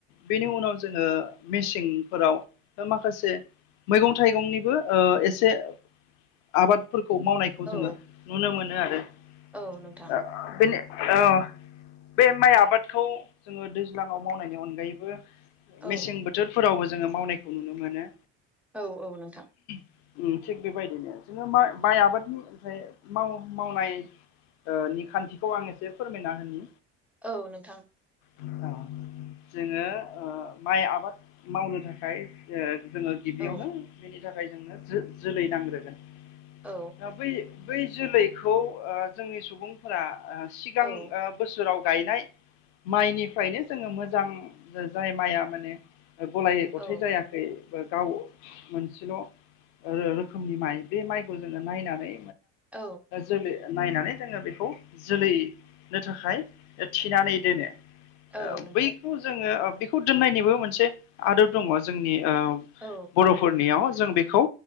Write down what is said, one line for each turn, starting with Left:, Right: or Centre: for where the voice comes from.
Left: बेनि उनाव जोङो मेसेंफोराव माखासे मैगं थाइगंनिबो ओ-एसे। आबादफोरखौ मावनायखौ
Centre: औ
Left: जोङो नुनो मोनो आ-बेनि
Centre: औ नोंथां
Left: औ बे माइ आबादखौ जोङो दैज्लाङाव मावनायनि अनगायैबो।
Centre: औ
Left: मेसें बोथोरफोरावबो जोङो मावनायखौ नुनो मोनो।
Centre: औ औ नोंथां।
Left: ओम थिग बेबायदिनो जोङो माइ बाय आबादनि ओफ्राय माव मावनाय ओ निखान्थिखौ आं एसे फोरमायना होनि।
Centre: औ नोंथां
Left: जोङो ओ-माइ आबाद मावनो थाखाय ओ जोङो गिबियावनो
Centre: औ
Left: बेनि थाखाय जोंनो जो जोलै नांग्रोगोन
Centre: औ
Left: द बै। बै जोलैखौ ओ-जोंनि सुबुंफोरा ओ-सिगां
Centre: औ
Left: ओ-बोसोराव गायनाय माइनिफ्रायनो जोङो मोजां जाय माइआ माने गलाय गथाय
Centre: औ
Left: जायाखै। ओ गाव मोनसेल रो रोखोमनि माइ बे माइखौ जोङो नायनानै।
Centre: औ
Left: जोलै नायनानै जोङो बेखौ जोलैनो थाखाय थिनानै दोनो। बैयखौ
Centre: औ नोंथां
Left: जोङो बेखौ दोननायनिबो मोनसे आदब दङ जोंनि- ओ-बरफोरनियाव
Centre: औ
Left: जों बेखौ